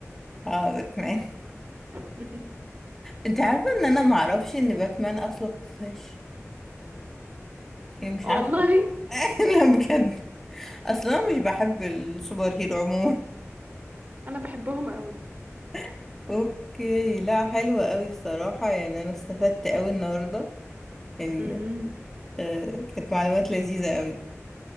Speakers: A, in the centre; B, on the right.
A: اه باتمان
B: <laughs>
A: انت عارفة ان انا معرفش ان باتمان اصله خفاش يعني مش عارفة
B: والله
A: <laughs> لا بجد اصلا انا مش بحب السوبر هيرو عموما
B: انا بحبهم قوي
A: <laughs> اوكي لا حلوة قوي الصراحة يعني انا استفدت قوي النهاردة يعني
B: امم
A: آه كانت معلومات لذيذة قوي